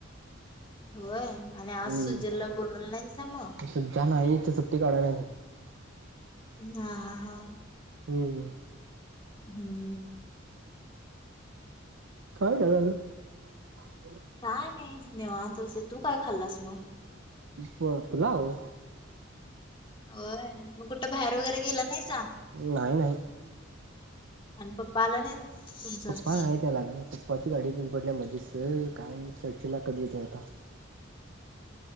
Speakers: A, on the left; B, on the right.
A: होय आणि आज
B: हम्म
A: सुजलला बोलला नाही स मग?
B: सुद्धा नाही सुट्टी काढून
A: हा हा हा.
B: हम्म.
A: हम्म.
B: काय जगा त
A: काय नाही निवांत बसले तु काय खाल्लस मग?
B: प फुला हो
A: होय मग कुठं बाहेर वगैरे गेला नाहीसा
B: नाही नाही
A: आणि पप्पाला आला नाहीत? तुमचं
B: उपान येतला ना पप्पाची गाडी पण पडल्या मध्येच काय चर्चेना कधी येेते आता